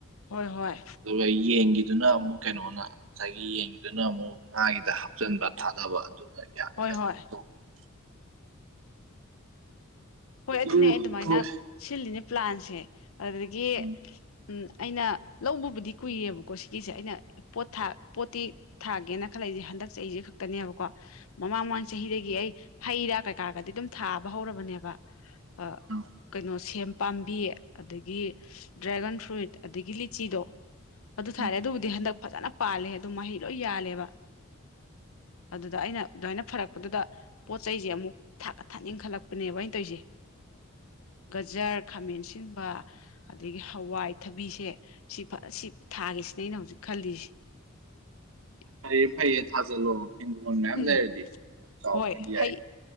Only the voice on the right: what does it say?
ꯑꯗꯨꯒ ꯌꯦꯟꯒꯤꯗꯨꯅ ꯑꯃꯨꯛ ꯀꯩꯅꯣꯅ ꯉꯁꯥꯏꯒꯤ ꯌꯦꯟꯒꯤꯗꯨꯅ ꯑꯃꯨꯛ ꯉꯥꯒꯤꯗ ꯍꯥꯞꯆꯟꯕ ꯊꯥꯗꯕ ꯑꯗꯨꯅ ꯌꯥꯅꯤ
ꯑꯗꯨ꯫
ꯇꯧꯕꯅꯦ
ꯑꯗꯨ
ꯍꯣꯏ
ꯎꯝ
ꯎꯝ
ꯎꯝ
ꯐꯩꯌꯦ ꯐꯩꯌꯦ ꯊꯥꯖꯜꯂꯣ ꯍꯤꯡꯒꯣꯜ ꯃꯌꯥꯝ
ꯂꯩꯔꯗꯤ ꯍꯤꯡꯒꯣꯜ ꯆꯥꯎꯕ
ꯑꯣꯢꯗꯤ ꯌꯥꯏꯌꯦ꯫